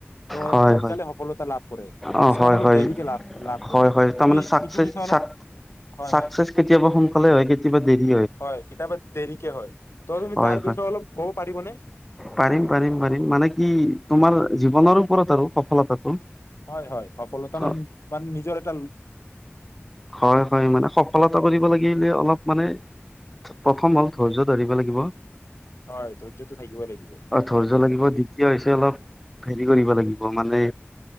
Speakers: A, on the left (about 70°); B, in the centre.
A: ত
B: হয়
A: সোনকালে
B: হয়
A: সফলতা লাভ কৰে
B: অ
A: কিছুমান
B: হয়
A: অলপ।
B: হয়
A: দেৰিকে লাভ লাভ কৰে
B: হয় হয় তাৰমানে
A: তুমি
B: চাকচেচ
A: ইটো বিষয়ে অলপ
B: চাক
A: হয়
B: চাকচেচ
A: হয়
B: কেতিয়াবা সোনকালে হয় কেতিয়াবা দেৰি
A: হয় কিতাপত দেৰিকে হয় ত তুমি
B: হয়
A: তাৰ
B: হয়
A: বিষয়ে অলপ কব পাৰিবনে?
B: পাৰিম পাৰিম পাৰিম মানে কি তোমাৰ জীৱনৰ ওপৰত আৰু সফলতাটো।
A: হয় হয় সফলতা মানে
B: অ
A: মান নিজৰ দম
B: হয় হয় মানে সফলতা কৰিব লাগিলে অলপ মানে প্ৰথম হ'ল ধৈৰ্য্য ধৰিব লাগিব।
A: হয় ধয্য টো থাকিব লাগিব।
B: অ ধৈয্য লাগিব দ্বিতীয় হৈছে অলপ হেৰি কৰিব লাগিব মানে